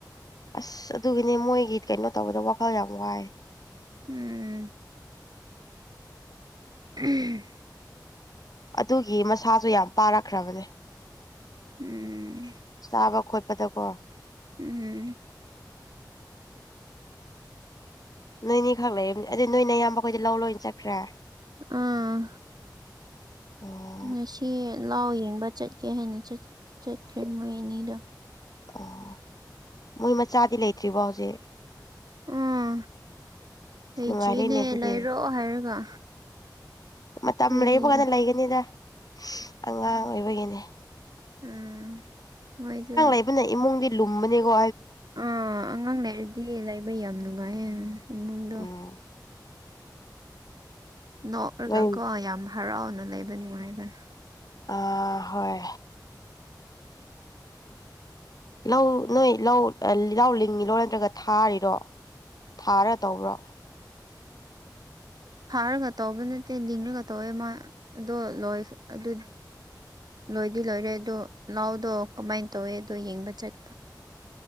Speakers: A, on the left (about 55°); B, on the right (about 60°).
A: ꯑꯁ ꯑꯗꯨꯒꯤꯅꯤ ꯃꯣꯏꯒꯤ ꯀꯩꯅꯣ ꯇꯧꯕꯗ ꯋꯥꯈꯜ ꯌꯥꯝ ꯋꯥꯏ
B: ꯎꯝ ꯎꯝ
A: ꯑꯗꯨꯒꯤ ꯃꯁꯥꯁꯨ ꯌꯥꯝ ꯄꯥꯔꯛꯈ꯭ꯔꯕꯅꯦ
B: ꯎꯝ
A: ꯆꯥꯕ ꯈꯣꯠꯄ ꯄꯗ ꯀꯣ
B: ꯎꯝ
A: ꯅꯣꯏꯅꯤꯈꯛ ꯂꯩꯔꯝꯅꯦ ꯑꯗꯨꯗꯤ ꯅꯣꯏꯅ ꯑꯌꯥꯝꯕꯈꯣꯏꯗꯤ ꯂꯧ ꯂꯣꯏꯅ ꯆꯠꯈ꯭ꯔꯦ
B: ꯑꯥ
A: ꯎꯝ
B: ꯉꯁꯤ ꯂꯥꯎ ꯌꯦꯡꯕ ꯆꯠꯀꯦ ꯍꯥꯏꯦꯟꯅ ꯆꯠ ꯆꯠꯈ꯭ꯔꯦ ꯃꯣꯏ ꯑꯅꯤꯗꫭ
A: ꯑꯣ ꯃꯣꯏ ꯃꯆꯥꯗꯤ ꯂꯩꯇ꯭ꯔꯤꯔꯤꯕꯣ ꯍꯧꯖꯤꯛ
B: ꯎꯥ
A: ꯑꯁ
B: ꯂꯩꯇ꯭ꯔꯤꯅꯦ
A: ꯅꯨꯡꯉꯥꯏꯔꯦꯅꯦ ꯑꯗꯨꯗꯤ
B: ꯂꯩꯔꯣ ꯍꯥꯏꯔꯒ
A: ꯃꯇꯝ
B: ꯑꯩꯈꯣꯏꯗꯤ
A: ꯂꯩꯕ ꯀꯥꯟꯗ ꯂꯩꯒꯅꯤꯗ ꯑꯉꯥꯡ ꯑꯣꯏꯕꯒꯤꯅꯤ
B: ꯎꯥ ꯃꯣꯏꯁꯨ
A: ꯑꯩꯕꯅ ꯏꯃꯨꯡꯗꯤ ꯂꯨꯝꯕꯅꯦꯀꯣ
B: ꯑꯥ ꯑꯉꯥꯡ ꯂꯩꯔꯗꯤ ꯂꯩꯕ ꯌꯥꯝ ꯅꯨꯡꯉꯥꯏꯌꯦꯦ ꯏꯃꯨꯡꯗꯣ
A: ꯎꯝ
B: ꯅꯣꯛꯔꯒ
A: ꯅꯣꯏ
B: ꯀꯣ ꯌꯥꯝ ꯍꯔꯥꯎꯅ ꯂꯩꯕ ꯅꯨꯡꯉꯥꯏꯕꯅꯤ
A: ꯑ ꯍꯣꯏ ꯂꯧ ꯅꯣꯏ ꯂꯧ ꯂꯧ ꯂꯤꯡꯉꯤꯔꯣ ꯅꯠꯇ꯭ꯔꯒ ꯊꯥꯔꯤꯔꯣ ꯊꯥꯔ ꯇꯧꯕ꯭ꯔꯣ
B: ꯐꯥꯔꯒ ꯇꯧꯕ ꯅꯠꯇꯦ ꯂꯤꯡꯔꯒ ꯇꯧꯋꯦ ꯃꯥ ꯑꯗꯣ ꯂꯣꯏ ꯑꯗꯨ ꯂꯣꯏꯗꯤ ꯂꯣꯏꯔꯦ ꯑꯗꯣ ꯂꯥꯎꯗꯣ ꯀꯃꯥꯏꯅ ꯇꯧꯋꯦ ꯑꯗꯣ ꯌꯦꯡꯕ ꯆꯠꯄ